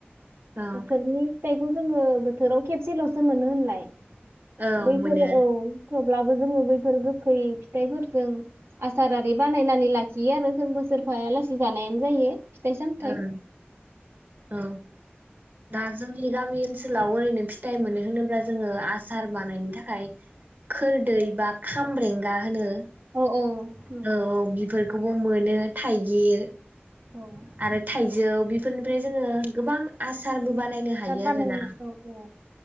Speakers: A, on the right; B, on the right.
A: औ
B: बोथोरनि फिथाइखौ जोङो बोथोराव खेबसेल'सो मोनो होनलाय।
A: औ
B: बैफोरो
A: मोनो
B: औ थेवब्लाबो जोङो बैफोर गोखै फिथाइफोरजों आसारारि बानायनानै लाखियो आरो जों बोसोरफायालासि जानायानो जायो। फिथाइ सामथाइ
A: ओं औ दा जों जोंनि गामि ओनसोलाव ओरैनो फिथाइ मोनो होनोब्ला जोङो आसार बानायनि थाखाय। खोरदै बा खामब्रेंगा होनो।
B: औ। नंगौ
A: औ औ बेफोर बेखौबो मोनो थाइगिर।
B: औ हासार
A: आरो थाइजौ बेफोरनि ओफ्राय जोङो गोबां आस आसारबो बानायनो हायो
B: बानायना
A: आरोना
B: औ औ